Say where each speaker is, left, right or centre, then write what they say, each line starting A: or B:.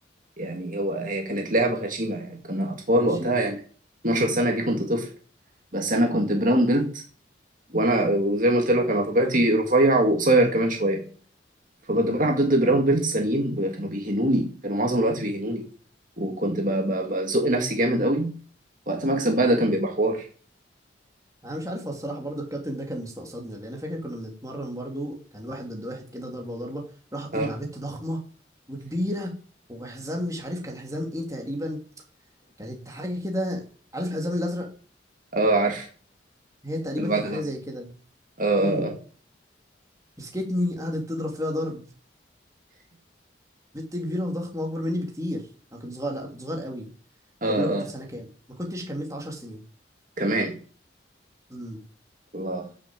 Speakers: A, on the right; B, on the right.
A: يعني هو هي كانت لعبة غشيمة يعني كنا اطفال
B: <laughs>
A: وقتها
B: غشيمة
A: يعني 12
B: قوي
A: سنة دي كنت طفل بس انا كنت براون بيلت وانا زي ما قلت لك انا طبيعتي رفيع وقصير كمان شوية فكنت بلعب ضد براون بيلت تانيين ب- كانوا بيهنوني كانوا معظم الوقت بيهنوني وكنت ب- ب- بزق نفسي جامد قوي وقت ما اكسب بقى ده كان بيبقى حوار
B: انا مش عارف هو الصراحه برضو الكابتن ده كان مستقصدني ولا إيه. انا فاكر كنا بنتمرن برضو كان واحد ضد واحد كده ضربه وضربه راح حاطيني
A: اه
B: مع بنت ضخمه وكبيره وحزام مش عارف كان حزام ايه تقريبا كانت حاجه كده عارف الحزام الازرق
A: اه عارف
B: هي تقريبا
A: اللي
B: كانت
A: بعد العصر
B: حاجه زي كده
A: اه
B: امم
A: اه
B: مسكتني قعدت تضرب فيها ضرب بنت كبيره وضخمه اكبر مني بكتير انا كنت صغير لا كنت صغير قوي
A: اه
B: اقول لك كنت
A: اه
B: في سنه كام ما كنتش كملت 10 سنين
A: كمان
B: امم
A: الله